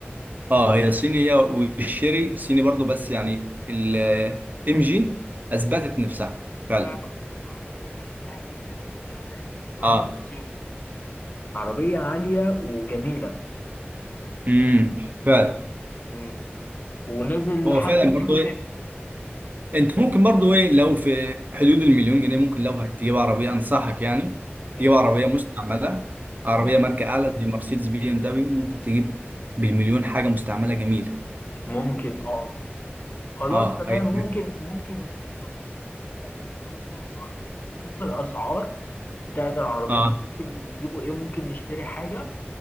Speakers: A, on the right; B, on the left.
A: اه هي صينية والشيري صيني برضو بس يعني الام جي اثبتت نفسها فعلا
B: تعرف من العربيات اللي بحبها جدا الاسبرانزا
A: اه
B: تيجو عربية عالية وجميلة
A: امم فعلا
B: مم. ونزل
A: هو
B: لحد
A: فعلا برضو
B: تيجو سيب
A: ايه انت ممكن برضو ايه لو في حدود المليون جنيه ممكن لو هتجيب عربية انصحك يعني
B: مم.
A: تجيب عربية مستعملة عربية
B: مم.
A: ماركة اعلى زي مرسيدس بي ام دبليو ممكن تجيب بالمليون حاجة مستعملة جميلة
B: ممكن اه خلاص
A: اه
B: تمام
A: هي-
B: ممكن ممكن ننزلوا نبقى ننزلوا مع بعض نشوف الأسعار بتاعت العربيات
A: اه
B: وممكن نجيبوا إيه ممكن نشتري حاجة